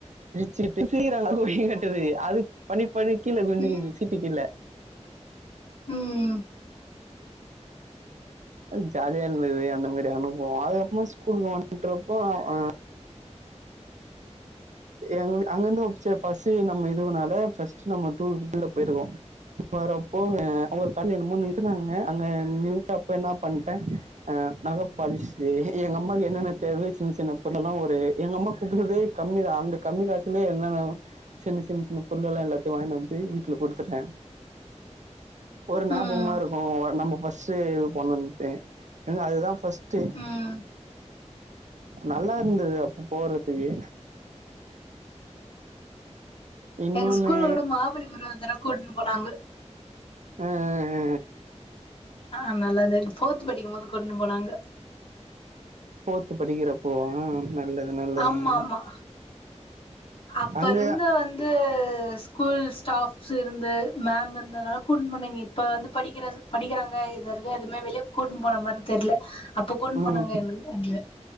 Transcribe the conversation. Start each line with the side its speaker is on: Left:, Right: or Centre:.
Right: திருப்பி சிரிக்கிறாங்க <unintelligible> அது பண்ணி பண்ணி கீழ விழுந்துருது
Left: ம்
Right: சிப்பி கீழு
Left: ம்
Right: அது ஜாலியா இருந்தது அந்த மாரி அனுபவோ அதுக்கப்புறமா ஸ்கூலுக்கு வண்ட்ருப்போ அ ஆ எங்க வீ அங்கந்து சே ஃபஸ்ட்டு நம்ம இதுவுனாலே ஃபஸ்ட்டு நம்ம <unintelligible> போயிருவோ <inaudible> வரப்போ அ அங்கோரு கல்ல என்னமோ நித்துனாங்க அங்க நின்ட்டப்போ என்ன பன்டே அ நகப்பாலிஷு எங்க அம்மாக்கு என்னென்ன தேவையோ சின்ன சின்ன பொருளல்லா ஒரு எங்க அம்மா குடுத்ததே கம்மி தா அந்த கம்மி காசுலே என்ன நா சின்ன சின்ன சின்ன பொருளல்லா எல்லாத்தையு வாங்கினு வந்து ட்ல குடுத்துட்டே ஒரு ஞாபகமா
Left: ம்
Right: இருக்கு நம்ம ஃபஸ்ட் ஷ்டே பண்ணட்டே எங்க அதுதா ஃபஸ்ட்டு
Left: ம்
Right: நல்லா இருந்தது அப்ப போறப்பயே இன்னொன்னு
Left: எங்க ஸ்கூல்ல ஓட மாபள்ளிபுர ஒருதர கூட்ன்னு போனாங்க
Right: அ அ அ
Left: ஆ நல்ல தெ ஃபோர்து படிக்கும் போது கூட்ன்னு போனாங்க
Right: ஃபோர்து படிக்கிற அப்பவா நல்லது நல்லதுங்க
Left: ஆமா ஆமா அப்ப
Right: அங்க
Left: இருந்து வந் து ஸ்கூல் ஸ்டாஃப்ஸ் இருந்து மேம் இருந்தனால கூட்னு போணீங்க இப்ப வந்து படிக்கிறது படிக்கிறாங்க இது வரைக்கு எதுமே வெளிய கூட்ன்னு போன மாரி தெர்ல அப்ப கூட்ணு
Right: ம்
Left: போணவங்க எங் எங்ல